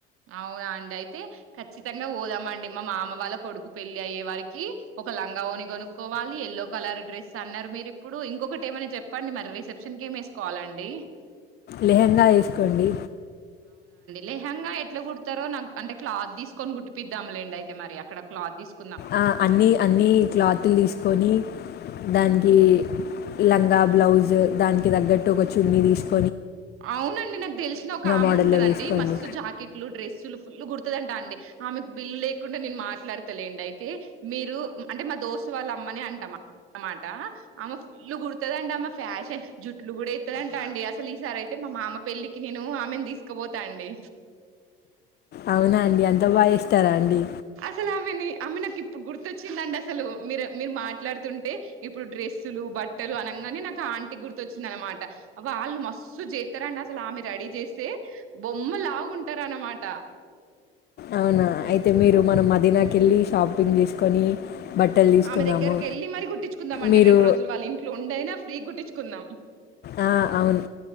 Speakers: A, on the right (about 50°); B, on the left (about 35°).
A: అవునా అండి అయితే ఖచ్చితంగా పోదామండి మా మామ వాళ్ళ కొడుకు పెళ్లి అయ్యే వారికి ఒక లంగా ఒని కొనుక్కోవాలి ఎల్లో కలర్ డ్రెస్ అన్నారు మీరు ఇప్పుడు ఇంకొకటి ఏమన్న చెప్పండి మరి రిసెప్షన్ కి వేసుకోవాలండి
B: లేహంగా వేసుకోండి
A: లేహంగా ఎట్లా కుడతారో నాకు అంటే క్లాత్ తీసుకొని గుట్టిపిద్ధములేండి అయితే మరి అక్కడ క్లాత్ తీసుకని
B: ఆ అన్నీ అన్నీ క్లాతులు తీసుకొని దానికి లంగా బ్లౌజ్ దానికి తగ్గట్టు ఒక చున్నీ తీసుకు
A: అవునండి నాకు తెలిసిన ఒక ఆమె
B: మోడల్లో
A: ఉంటదండి
B: వేసుకోండి
A: మస్తు జాకెట్లు డ్రెస్సులు ఫుల్లు గుడుతుదంటా అండి ఆమెకు బిల్లు లేకుండా నేను మాట్లాడతలేండి అయితే మీరు అంటే మా దోస్తు వాళ్ళు ఆమ్మని అంటామా అనమాట అమ ఫుల్లు కుడుతుదండి అమ్మ ఫ్యాషన్ జుట్లు కూడా ఎత్తదంటా అండి అసలు ఈసారి అయి అంటే మా మామ పెళ్లికి నేను ఆమెను తీసుకుపోతా అండి
B: అవునా అండి అంత బాగా ఏస్తారా అండి
A: అసలు ఆమెని అమె నాకు ఇప్పుడు గుర్తొచ్చిందండి అసలు మీరు మీరు మాట్లాడుతుంటే ఇప్పుడు డ్రేస్ బస్లు బట్టలు అనగానే నాకు ఆంటి గుర్తు వచ్చింది అనమాట వాళ్ళు మస్తు చేస్తారండి అసలు ఆమె రెడీ చేస్తే బొమ్మలాగ ఉంటారు అన్నమాట
B: అవునా అయితే మీరు మనం మదీనాకి వెళ్ళి షాపింగ్ చేసుకొని బట్టలు తీసుకుందాము
A: ఆమె దగ్గరకి వెళ్ళి మరి గుట్టించుందాంమండి
B: మీరు
A: రెండు రోజులు వాళ్ళ ఇంట్లో ఉండైనా ఫ్రీ గుట్టించుందాం
B: ఆ, అవును